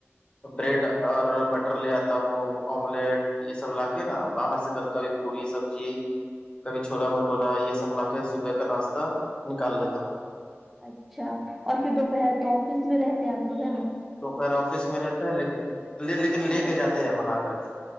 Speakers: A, on the left; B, in the centre.
A: بریڈ اور بٹر لے آتا ہوں آملیٹ یہ سب لا کے نا باہر سے کب کبھی پوڑی سبزی کبھی چھولا بھٹورا یہ سب لا کے صبح کا ناشہ نکال لیتا
B: اچھا اور پھر دوپہر تو آفس میں رہتے ہیں آپ لوگ ہیں نا
A: دوپر آفس میں رہتے ہے لیکن لیکن
B: کھانا
A: لے کے جاتے ہیں بنا کر کے